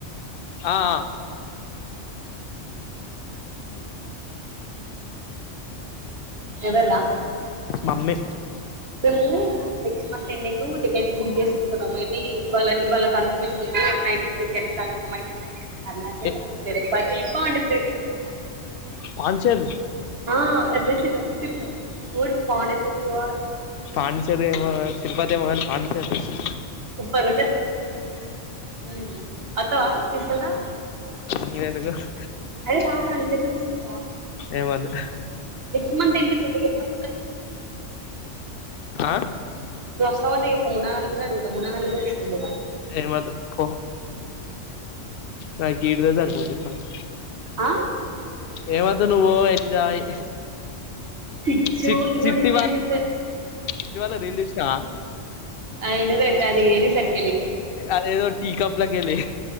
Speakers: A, on the left; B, on the right.
A: ఆ ఆ
B: ఎవర్రా
A: మమ్మి
B: మెము ఎట్ అంత ఎందుకు ఊటికచ్ బుక్ చేసుకుంటన్నాం మే బి ఇవాళ ఇవాళ కన్ఫర్మేషన్ రేపు నైట్కి టిక్కెట టికెట్లు కన్ఫార్మ్ ఐతాయ్ అరుణాచల్
A: ఏ
B: తిరుపతి పోండుచ్ సరే
A: పాండిచ్చేరి
B: ఆ అరుణాచలం తిరుపతి మూడూ పాండిచ్చేరి పోవా
A: పాండిచ్చేరి ఎమో కానీ తిరుపతి ఎమో కాని పాండిచ్చేరి చూ
B: ఉంటారన్టే ఉమ్ అథావా తీసుకెళ్తా
A: ని ఎందుకు చెప్
B: అరే రా రా నిజంగ తీసుకెల్తా
A: ఏమోద్ధు
B: నెక్స్ట్ మంత్ ఎండింగు కి చెప్తా
A: ఆ
B: నువ్వోస్తా అంటె చెప్పు మున్నా గానీ కూడా అడుగుతా మున్నాగానీ కూడా తీసుకోనిబోధం
A: ఎమోద్దు పో నాకి ఈడానే సరిప్ పోతే పని
B: ఆ
A: ఎమోద్దు నువ్వు పో ఎంజాయ్
B: పిచ్చు
A: చి
B: నువ్వు
A: చిట్టివాళ
B: నిజం చెప్తా
A: చిట్టివాళ రిలేషన్ ఆ
B: ఆ ఇ అది ఏరి సట్
A: అదేదో టి కప్పులాకెలి